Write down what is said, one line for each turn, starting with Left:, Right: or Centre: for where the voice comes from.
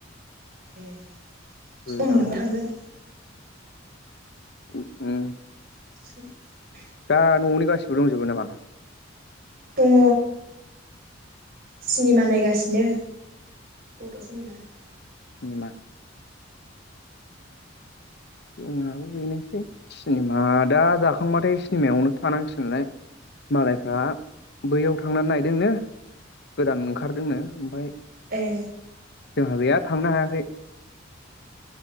Right: ए
Left: गोजानाव
Right: सम मोनबा थांगोन।
Left: ओ ओम।
Right: <unintelligible>
Left: दा न'नि गासिबो दंजोबो नामा?
Right: दङ। सिनेमा नायगासिनो बड' सिनेमा।
Left: सिनेमा जोंहाबो बेनोसै सिनेमा दा जाखांबाथाय सिनेमायावनो थानांसिगोनलाय। मालायफ्रा बैयाव थांनानै नायदोंनो गोदान ओंखारदोंनो ओमफाय
Right: ए।
Left: जोंहा गैया थांनो हायाखै।